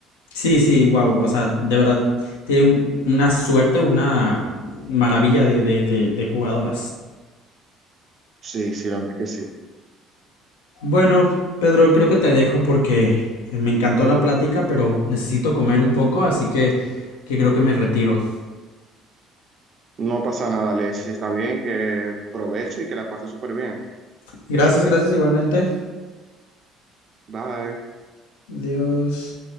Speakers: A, on the left; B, on the right.
A: Sí, sí, wow, o sea, de verdad, tienen un- una suerte, una maravilla de, de, de de jugadoras.
B: Sí, sí, la verdad que sí.
A: Bueno, Pedro, creo que te dejo porque me encantó la plática, pero necesito comer un poco, así que, que creo que me retiro.
B: No pasa nada, Leslie, está bien, que provecho y que la pase súper bien.
A: Gracias, gracias igualmente.
B: Bye.
A: Dios.